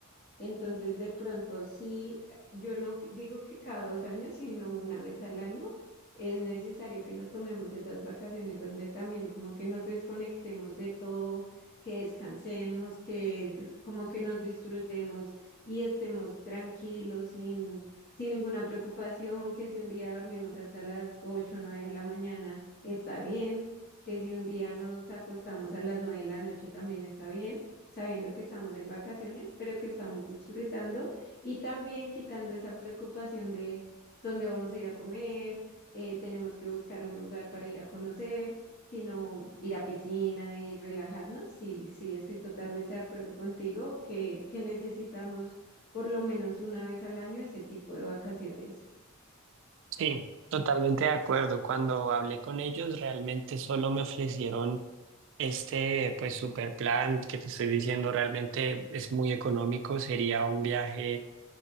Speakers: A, on the left; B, on the right.
A: entonces, de pronto sí, yo no digo que cada dos años, sino una vez al año, es necesario que nos tomemos esas vacaciones donde también como que nos desconectemos de todo, que descansemos, que n- como que nos disfrutemos y estemos tranquilos, sin, sin ninguna preocupación, que si un día dormimos hasta las 8 o 9 de la mañana, está bien, que si un día nos acostamos a las 9 de la noche, también está bien sabiendo que estamos en vacaciones, pero que estamos disfrutando y también quitando esa preocupación de dónde vamos a ir a comer, eh, tenemos que buscar un lugar para ir a conocer, sino ir a piscina y relajarnos. Sí, sí, estoy totalmente de acuerdo contigo que, que necesitamos por lo menos una vez al año ese tipo de vacaciones.
B: Sí, totalmente de acuerdo. Cuando hablé con ellos, realmente solo me ofrecieron este, pues, super plan que te estoy diciendo, realmente es muy económico. Sería un viaje,